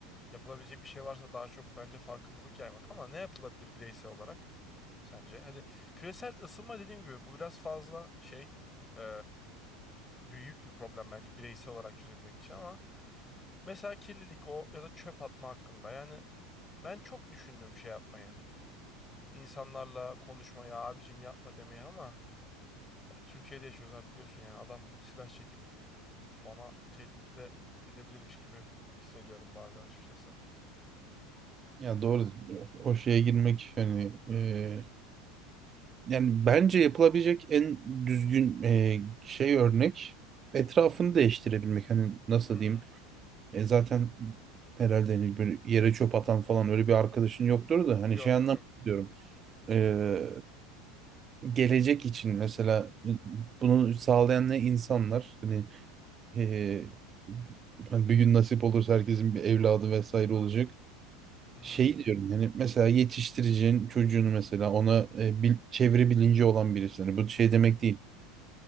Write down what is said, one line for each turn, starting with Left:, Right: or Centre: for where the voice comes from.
Left: yapılabilecek bir şey varsa daha çok bence farkındalık yaymak ama ne yapılabilir bireysel olarak sence? Hadi küresel ısınma dediğim gibi bu biraz fazla şey e, büyük bir problem bence bireysel olarak çözebilmek için ama mesela kirlilik o ya da çöp atma hakkında yani ben çok düşündüm şey yapmayı. İnsanlarla konuşmayı abicim yapma demeyi ama Türkiye'de yaşıyoruz abi biliyorsun yani adam silah çekip bana tehdit bile edebilirmiş gibi hissediyorum bazen açıkçası.
Right: Ya doğru o şeye girmek hani e, Yani bence yapılabilecek en düzgün e, şey örnek etrafını değiştirebilmek. Hani nasıl
Left: Hı hı.
Right: diyeyim? E, zaten herhalde hani böyle yere çöp atan falan öyle bir arkadaşın yoktur da hani
Left: Yok
Right: şey anlamda
Left: yok.
Right: diyorum. E, gelecek için mesela e, bunu sağlayan ne insanlar hani, e, hani bir gün nasip olursa herkesin bir evladı vesaire olacak.
Left: Hı hı.
Right: Şey diyorum yani mesela yetiştireceğin çocuğunu mesela ona e, bil- çevre bilinci olan birisi. Hani bu şey demek değil.